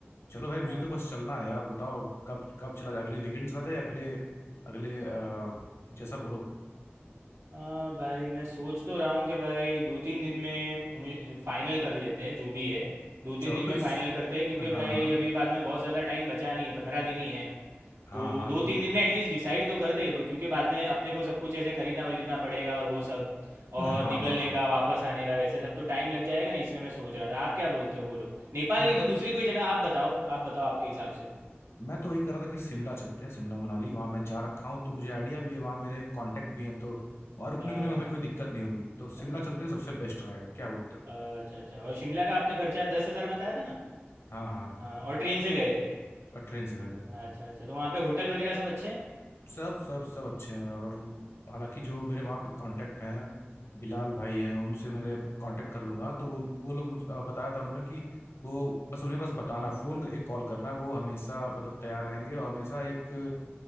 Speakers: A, on the left (about 70°); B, on the right (about 70°).
A: चलो भाई मुझे
B: अच्छा।
A: तो बस चलना है यार बताओ कब कब चला जाए अगले वीकेंड चला जाए अगले अगले अ, जैसा बोलो
B: हाँ भाई मैं सोच तो रहा हूँ कि भाई दो तीन दिन में फाइनल कर लेते हैं जो भी है दो तीन
A: चलो
B: दिन
A: तो
B: में
A: इस
B: फाइनल करते हैं क्योंकि
A: हाँ
B: भाई अभी बाद में बहुत ज़्यादा टाइम बचा नहीं है पंद्रह दिन ही है
A: हाँ
B: तो
A: हाँ
B: दो
A: तो
B: तीन दिन में एटलीस्ट डिसाइड तो कर दे ब- क्योंकि बाद में अपने को सब कुछ ऐसे खरीदना वरीदना पड़ेगा और वो सब
A: हाँ
B: और निकलने
A: हाँ
B: का वापस आने का वैसे सब तो टाइम लग जाएगा ना इसलिए मैं सोच रहा था आप क्या बोलते हो बोलो नेपाल
A: मैं
B: नहीं तो
A: तो
B: दूसरी कोई जगह आप बताओ आप बताओ आपके हिसाब से
A: मैं तो वही कर रहा था कि शिमला चलते हैं शिमला मनाली वहां मैं जा रखा हूँ तो मुझे आइडिया भी है वहां मेरे कांटेक्ट भी हैं तो वहां रुकने
B: अच्छा
A: उकने में हमें कोई दिक्कत नहीं होगी तो
B: अच्छा
A: शिमला
B: अच्छा
A: चलते हैं सबसे बेस्ट रहेगा क्या बोलते हो
B: अच्छा अच्छा और शिमला का आपने खर्चा दस हज़ार बताया था ना
A: हाँ हाँ
B: हाँ और ट्रेन से गए थे
A: और ट्रेन से गए थे
B: अच्छा अच्छा तो वहाँ पे होटल वगैरह सब अच्छे हैं
A: सब सब सब अच्छे हैं और हालांकि जो मेरे वहाँ पे कांटेक्ट हैं बिलाल भाई हैं उनसे मैंने कांटेक्ट कर लूंगा तो वो वो लोग मुझे अ, बताया था उन्होंने कि वो बस उन्हें बस बताना फ़ोन कर एक कॉल करना है वो हमेशा मतलब तैयार रहेंगे और हमेशा एक